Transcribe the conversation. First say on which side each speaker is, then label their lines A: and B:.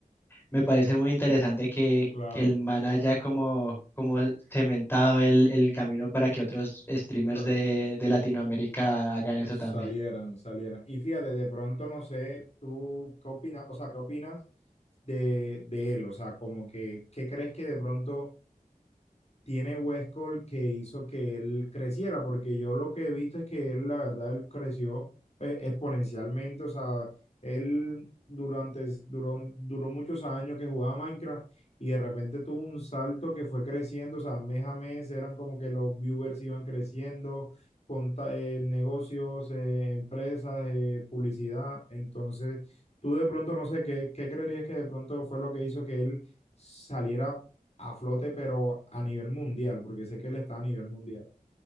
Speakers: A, on the left; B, on the left.
A: Me parece muy interesante que,
B: claro.
A: que el man haya como, como cementado el, el camino para que otros streamers
B: Pare-
A: de, de Latinoamérica hagan eso
B: Salieran,
A: también.
B: salieran. Y fíjate, de pronto no sé, tú qué opinas, o sea, qué opinas de, de él, o sea, como que, ¿qué crees que de pronto tiene Westcol que hizo que él creciera, porque yo lo que he visto es que él, la verdad, él creció eh, exponencialmente, o sea, él durante, duró, duró muchos años que jugaba Minecraft y de repente tuvo un salto que fue creciendo, o sea, mes a mes eran como que los viewers iban creciendo, conta- eh, negocios, eh, empresas, eh, publicidad, entonces tú de pronto, no sé, ¿qué, qué creerías que de pronto fue lo que hizo que él saliera a flote, pero a nivel mundial, porque sé que él está a nivel mundial.